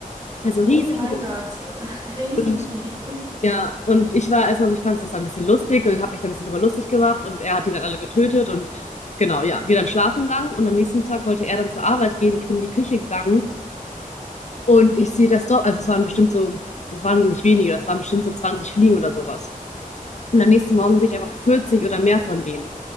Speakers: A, on the left; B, on the right.
A: Also
B: Oh
A: riesengroß.
B: mein Gott, <laughs> Riesenfliegen.
A: Und ja, und ich war erstmal so, ich fand das dann ein bisschen lustig und habe mich da ein bisschen drüber lustig gemacht und er hat die dann alle getötet und genau, ja, wir dann schlafen gegangen und am nächsten Tag wollte er dann zur Arbeit gehen. Ich bin in die Küche gegangen und ich sehe das doch, also es waren bestimmt so, das waren nicht wenige, das waren bestimmt so 20 Fliegen oder sowas. Und am nächsten Morgen sehe ich einfach 40 oder mehr von denen.